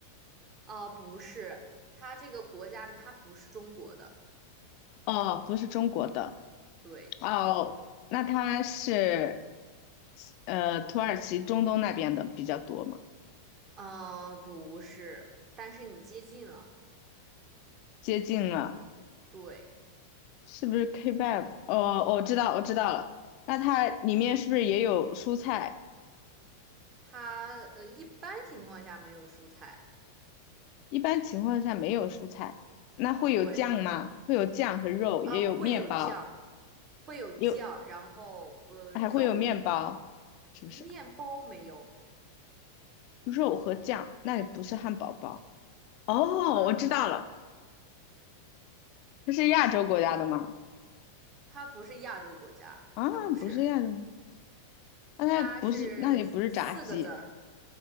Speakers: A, on the right (about 30°); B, on the left (about 45°).
A: 啊、不是，它这个国家它不是中国的，
B: 哦，不是中国的。
A: 对，
B: 哦，那它是呃土耳其中东那边的比较多嘛，
A: 啊，不是，但是你接近了，
B: 接近了，
A: 对，
B: 是不是 kebab？哦，我知道，我知道了。那它里面是不是也有蔬菜？
A: 它呃一般情况下没有蔬菜，
B: 一般情况下没有蔬菜，那会有酱吗？
A: 对，
B: 会有酱和肉，
A: 啊、
B: 也有面包，
A: 会有酱，会有酱，
B: 有
A: 然后呃肉
B: 还会有面包，是不是？
A: 面包没有
B: 肉和酱，那里不是汉堡包。哦，
A: 啊、
B: 我知道了，
A: 它
B: 它是亚洲国家的吗？
A: 它不是亚洲国家，
B: 啊，
A: 它不是，
B: 不是亚洲吗那它不是，
A: 它是四四个字儿。
B: 那里不是炸鸡。